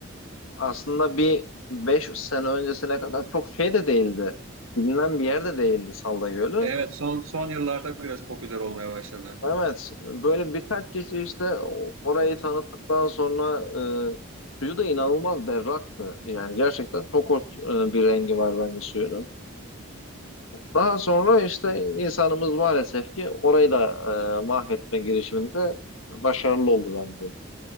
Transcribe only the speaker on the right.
Evet son son yıllarda biraz popüler olmaya başladı.